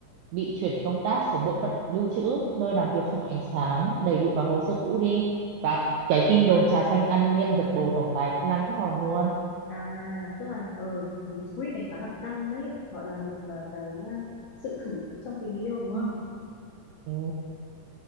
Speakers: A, on the right (about 80°); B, on the left (about 80°).
A: bị chuyển công tác xuống bộ phận lưu trữ nơi làm việc không ánh sáng đầy bụi và hồ sơ cũ đi và cái tin đồn trà xanh An Nhiên giật bồ tổng tài cũng lan khắp phòng luôn
B: à tức là ờ cú quýt này khá là căng đấy gọi là một à, cái à, sự thử thách trong tình yêu đúng
A: Ừ.
B: không
A: ừ.